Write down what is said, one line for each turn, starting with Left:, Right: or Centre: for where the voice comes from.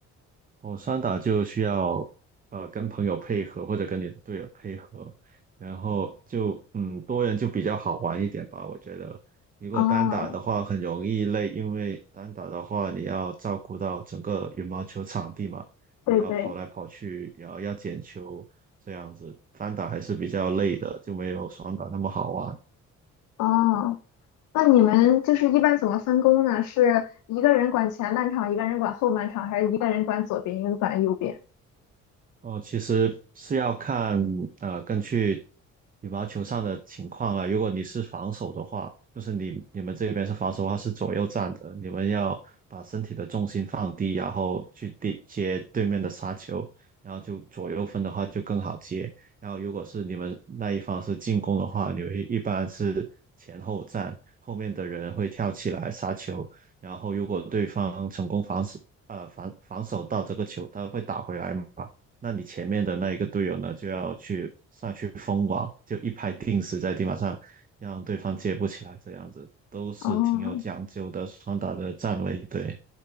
Right: 哦，双打就需要呃跟朋友配合或者跟你的队友配合，然后就嗯多人就比较好玩一点吧，我觉得。如果单打的话很容易累，
Left: 哦，
Right: 因为单打的话你要照顾到整个羽毛球场地嘛，
Left: 对对。
Right: 你要跑来跑去，然后要捡球，这样子单打还是比较累的，就没有双打那么好玩。
Left: 哦，那你们就是一般怎么分工呢？是一个人管前半场，一个人管后半场，还是一个人管左边，一个人管右边？
Right: 哦，其实是要看呃，根据羽毛球上的情况了。如果你是防守的话，就是你你们这边是防守的话是左右站的，你们要把身体的重心放低，然后去地接对面的杀球，然后就左右分的话就更好接。然后如果是你们那一方是进攻的话，你们一般是前后站，后面的人会跳起来杀球，然后如果对方成功防守呃防防守到这个球，他会打回来嘛。那你前面的那一个队友呢，就要去上去封网，就一拍定死在地板上，让对方接不起来，这样子都是挺有讲究的双打的站位。
Left: 哦，
Right: 对，